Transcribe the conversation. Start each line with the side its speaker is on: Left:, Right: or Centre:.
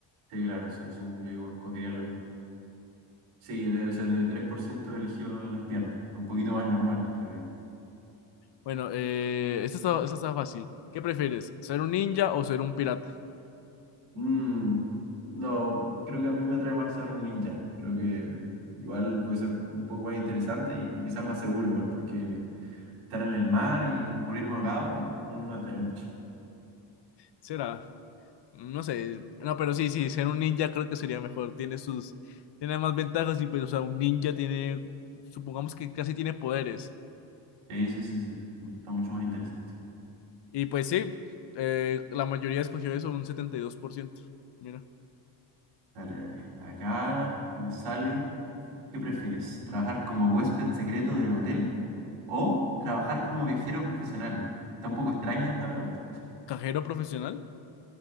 Right: sí, claro, sí, sí, yo escogería lo mismo. Sí, del 73% eligió las piernas, un poquito más normal creo yo.
Left: Bueno, eh, esta está, esta está fácil. ¿Qué prefieres? ¿Ser un ninja o ser un pirata?
Right: Mm, no, creo que a mí me atrae más ser un ninja. Creo que igual puede ser un poco más interesante y quizás más seguro igual, porque estar en el mar y morirme ahogado no, no, no me atrae mucho.
Left: Será, no sé, no, pero sí, sí, ser un ninja creo que sería mejor. Tiene sus, tiene más ventajas y pues, o sea, un ninja tiene, supongamos que casi tiene poderes.
Right: Sí, sí, sí, sí. Está mucho más interesante.
Left: Y pues sí, eh, la mayoría escogió eso, un setenta y dos por ciento Mira,
Right: Dale, dale. Acá me sale, ¿qué prefieres? ¿Trabajar como huésped secreto del hotel o trabajar como viajero profesional? Está un poco extraña esta pregunta.
Left: cajero profesional.